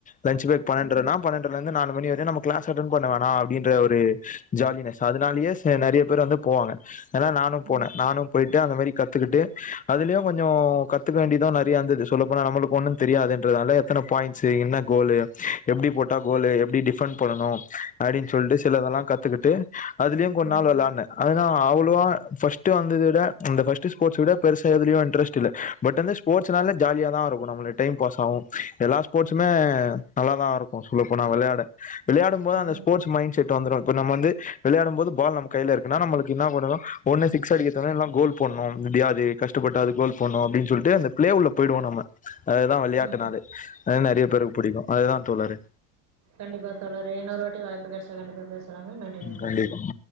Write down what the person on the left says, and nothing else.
லன்ச்சு பிரேக் பன்னென்றனா பன்னென்றல இருந்து நாலு மணி வரையு நம்ம கிளாஸ் அட்டன் பண்ண வோனா அப்டின்ற ஒரு ஜாலினஸ் அதனாலயே சே நறையா பேரு வந்து போவாங்க ஏனா நானும்
போன நானும் போயிட்டு அந்த மாரி கத்துக்கிட்டு அதுலயு கொஞ்சோ கத்துக்க வேண்டிது நர் ரியாந்தது சொல்ல போனா நம்மளுக்கு ஒண்ணும் தெரியாதுன்றதுனால எத்தன பாயின்ட்ஸ் என்ன கோலு எப்டி போட்டா கோலு எப்டி டிஃபன் பண்ணனு அப்டின் சொல்லிட்டு சிலதெல்லா கத்துக்கிட்டு அதுலயு கொஞ்ச
நாள் வெளையாடுன அதுதா அவ்ளோவா ஃபஸ்ட் டு வந்தத விட அந்த ஃபஸ்ட்டு ஸ்போட்ஸ் விட பெருசா எதுலியு இன்ட்ரெஸ்ட் இல்ல பட் வந்துஸ் ஸ்போட்ஸ்னாலே ஜாலியாதா இருக்கு நம்மளைய டைம் பாஸ் ஆகு எல்லா ஸ்போட்ஸுமே நல்லாதா இருக்கு சொல்ல போனா வெளையாட விளையாடும் போது அந்த
ஸ்போட்ஸ் மைண்ட் செட் வந்துரு இப்போ நம்ம வந்து விளையாடும் போது பால் நம்ம கைல இருக்குனா நம்மளுக்கு என்ன பண்ணனு ஒன்னு சிக்ஸ் அடிக்குறது ஒன்னு இல்லனா கோல் போன்னும் முடியாது கஷ்டப்பட்டாவது கோல் போன்னு அப்டின் சொல்ட்டு அந்த பிளே உள்ள போயிடுவோ நம்ம அதுதா விளையாட்டு
நாளு அ நறையா பேருக்கு புடிக்கு அதுதா தோழரே
கண்டிப்பா